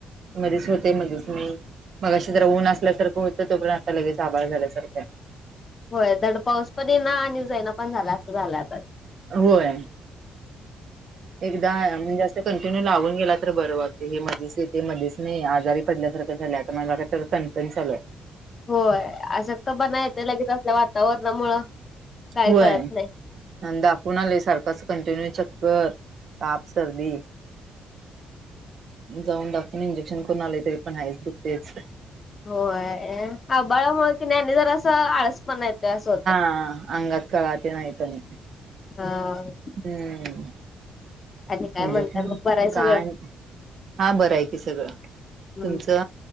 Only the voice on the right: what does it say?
मधीच होतंय मधीच नाही मगाशी जरा ऊन असल्यासारखं होतं तो पर्यंत आता लगेच आभाळ झाल्यासारखं
होय एकदा म्हणजे कंटिन्यू लावून गेला तर बरं वाते हे मध्येच येते मध्येेच नाही आजारी पडल्यासारखं झाल्या आता मला तर कणकण चालूय
होय
दाखवून आलय सारखंच कंटिन्यू चक्कर ताप सर्दी जाऊन दाखवून इंजेक्शन करून आले तरी पण आहेच दुखतयच
हा अंगात कळा तेन आहेत आणि
हम्म
इंजेक्शन
काय हा बरं आहे की सगळं
तुमचं